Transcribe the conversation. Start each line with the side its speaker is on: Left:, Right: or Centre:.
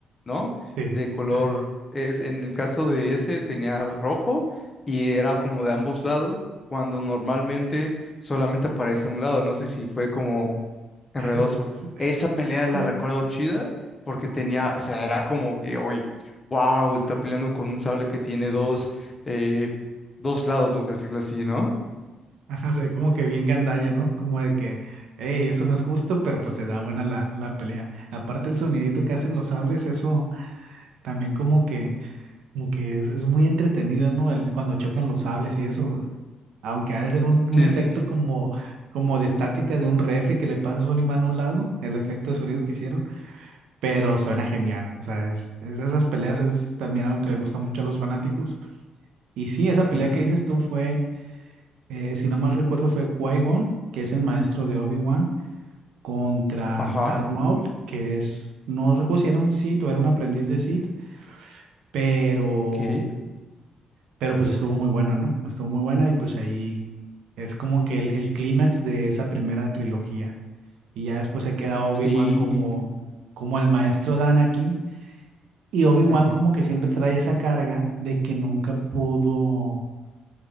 Left: ¿no?
Right: Sí,
Left: De color,
Right: ajá.
Left: es, en el caso de ese tenía rojo y era como de ambos lados, cuando normalmente solamente aparece un lado, no sé si fue como enredoso.
Right: <laughs> Sí,
Left: Esa pelea
Right: sí.
Left: la recuerdo chida porque tenía, o sea, era como que, oye, wow, está peleando con un sable que tiene dos, eh, dos lados, vamos a decirlo así, ¿no?
Right: Ajá, se ve como que bien gandalla, ¿no? Como de que, hey, eso no es justo, pero pues se da buena la, la pelea. Aparte el sonidito que hacen los sables, eso también como que Como que es, es muy entretenido, ¿no? El, cuando chocan los sables y eso, aunque ha de ser un, un
Left: Sí,
Right: efecto
Left: sí. sí.
Right: como, como de estática de un refri que le pasas un imán a un lado, el efecto de sonido que hicieron, pero suena genial. O sea, es, es esas peleas es también algo que le gusta mucho a los fanáticos. Y sí, esa pelea
Left: Ujú.
Right: que dices tú fue, eh, si no mal recuerdo, fue Qui-Gon, que es el maestro de Obi-Wan, contra
Left: Ajá,
Right: Darth Maul, que es, no recuerdo si era un Sith o era un aprendiz de Sith, pero
Left: ok.
Right: pero pues estuvo muy buena, ¿no? Estuvo muy buena y pues ahí es como que el, el clímax de esa primera trilogía. Y ya después se queda Obi-Wan
Left: Sí,
Right: como,
Left: sí, sí.
Right: como el maestro de Anakin y Obi-Wan
Left: Ujú.
Right: como que siempre trae esa carga de que nunca pudo,